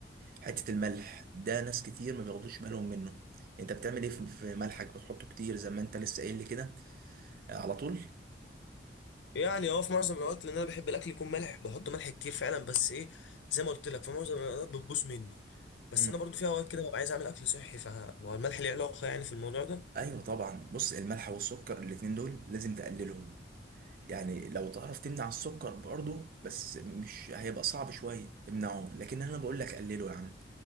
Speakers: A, on the right; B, on the left.
A: حتة الملح ده ناس كتير ما بياخدوش بالهم منه أنت بتعمل إيه في في ملحك بتحطه كتير زي ما أنت لسه قايل لي كده آه، على طول
B: يعني اه في معظم الاوقات لان انا بحب الاكل يكون ملح بحط ملح كتير فعلا بس ايه زي ما قلت لك في معظم الاوقات بتبوظ مني بس
A: مم.
B: انا برضو في اوقات كده ببقى عايز اعمل اكل صحي فهو الملح ليه علاقه يعني في الموضوع ده
A: أيوه طبعا بص الملح والسكر الاتنين دول لازم تقللهم يعني لو تعرف تمنع السكر برضه بس مش هيبقى صعب شوية امنعه لكن أنا بقول لك قلله يا عم